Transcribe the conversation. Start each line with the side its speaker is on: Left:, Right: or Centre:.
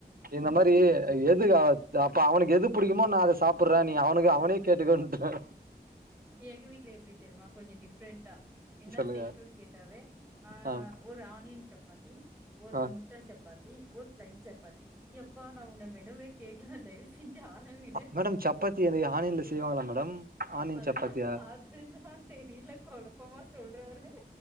Right: இந்த மாரி எதுக்கு அப்ப அவனுக்கு எது பிடிக்குமோ நா அத சாப்புறேநீ அவனுக்கு அவனே கேட்டுக்கோன்றுவே
Centre: எங்க வீட்ல எப்டி தெரியுமா கொஞ்சோ டிஃப்ரெண்ட் என்னா
Right: சொல்லுங்க
Centre: செய்யடுன்னு கேட்டாவே ஆஹ்
Right: ஆ
Centre: ஒரு ஆனியன் சப்பாத்தி ஒரு
Right: ஆ
Centre: முட் ட சப்பாத்தி ஒரு பிளைன் சப்பாத்தி எப்பா நா உன்ன மெனுவே கேக்கல தயவு செஞ்சு ஆள விடு.
Right: மேடம் சப்பாத்தி எதயு ஆனியன்ல செய்வாங்ளா மேடம் ஆனியன்
Centre: அதுதா
Right: சப்பாத்தியா
Centre: அதுதா தெரியல குழப்பமா சொல்றாரு